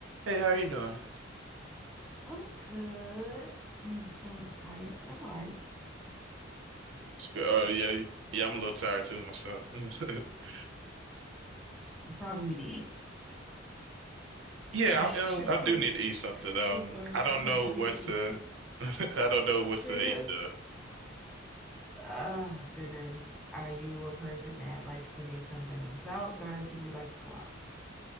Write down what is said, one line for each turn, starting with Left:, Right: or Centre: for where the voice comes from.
Right: Hey, how you doing?
Centre: I'm good. Mm, I'm a little tired, but I'm all right.
Right: It's good. Oh yeah, you, yeah. I'm a little tired too myself. <laughs>
Centre: You probably need to eat. <laughs>
Right: Yeah,
Centre: True
Right: I, uh,
Centre: story.
Right: I do need to eat something.
Centre: True
Right: Um,
Centre: story.
Right: I don't
Centre: <laughs> I
Right: know
Centre: do
Right: what
Centre: need to
Right: to.
Centre: eat.
Right: <laughs> I don't know what to
Centre: <laughs>
Right: eat though.
Centre: Oh, goodness. Are you a person that likes to make something themselves or do you like to go out?